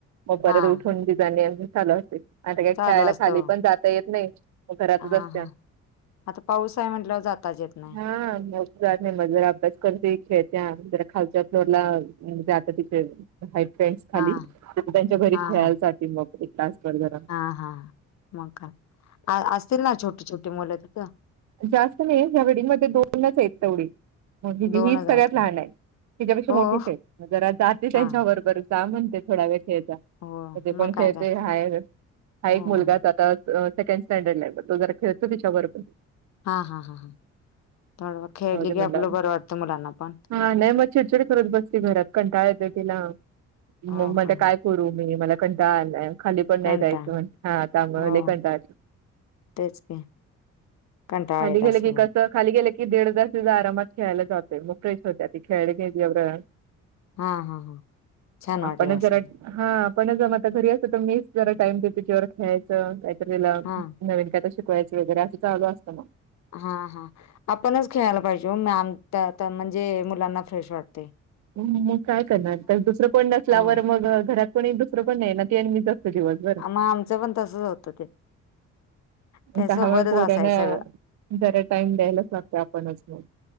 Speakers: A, on the right; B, on the left.
A: मग परत
B: हां.
A: उठून बी जाणे झालं असतय आता काय खेळायला
B: चालू असतं
A: खाली
B: हो.
A: पण जाता येत नाही. घरातच
B: हां,
A: असत्या,,
B: हां. आता पाऊस आहे म्हटल्यावर जाताच येत नाही.
A: हां जात नाही, मग जरा अभ्यास करते,, खेळत्या, जरा खालच्या फ्लोरला जात्या तिथे हाईत फ्रेंडस खाली,,
B: हां,
A: त्यांच्या घरी
B: हां,
A: खेळायसाठी,
B: हां.
A: मग तास भर जरा
B: हां, हां मग काय? असतील ना छोटी छोटी मुलं तिथं
A: जास्त नाही,, ह्या बाल्डिंगमध्ये दोनच आहेत तेवढी. ग
B: दोनच
A: हीच सगळ्यात
B: आहेत
A: लहान
B: का
A: आहे,, हिच्यापेक्षा
B: हो
A: मोठीच आहेत,, जरा जाते त्यांच्याबरोबरच
B: हा
A: जा म्हणते थोडा वेळ खेळजा,,,
B: हो
A: ते पण
B: मग काय
A: खेळते
B: का
A: हाय, हा एक
B: हो
A: मुलगाच
B: हो
A: आता सेकंड स्टँडर्ड ला आहे तो,, तो जरा खेळतो तिच्याबरोबर.
B: हा, हा हा, ह थोडं खेळली
A: जाऊदे म्हणलं
B: की आपलं बरं वाटतं मुलांना पण.
A: हा, नाही मग चिडचिड करत बसते घरात,, कंटाळ एतय तिला,, मग
B: हो
A: मनते
B: हो
A: काय
B: हो
A: करू मी,, मला कंटाळा आलाय,, खाली पण नाही
B: कंटाळ
A: जायचं,, म्ह हा त्यामुळे
B: हो
A: कंटा
B: तेच की. कंटाळा
A: खाली
B: येत
A: गेलं
B: असेल
A: की कसं खाली गेल की दीड तास तिचा आरामात खेळायला जातोय,, मग फ्रेश होते ती, खेळली घेयऽ
B: हा हां हां छान
A: आपणच
B: वाटल अस
A: जरा
B: असल.
A: हा पण जम आता घरी असत तर मीस जरा टाइम द तिच्यावर खेळायचं ला
B: हा
A: नवीन कायता शिकवायच वगैरे असं चालू असतं ना
B: हां हां आपणच खेळायला पाहिजेओ,, मम म्हणजे मुलांना फ्रेश वाटतय.
A: मग काय करणार, तर दुसरं कोण नसलावर
B: हो
A: मग, घरात कोणी दुसरं कोण नाही ना त्यांनीच आसतय दिवास भर
B: मग आमचं पण तसच होतं ते त्या
A: दहा
B: सोबतच
A: वेळ पोराणा,,
B: असाय सगळं
A: जरा टाइम द्यायलाच लागतय, आपणच म